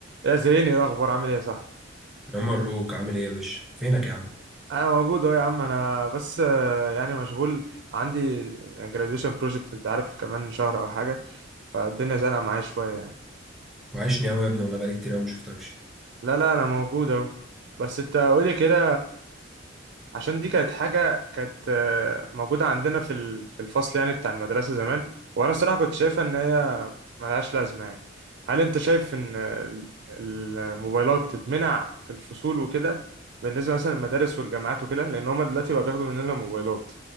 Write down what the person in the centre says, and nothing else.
يا مبروك عامل ايه يا باشا فينك يا عم
وحشني قوي يا ابني والله بقالي كتير قوي ما شفتكش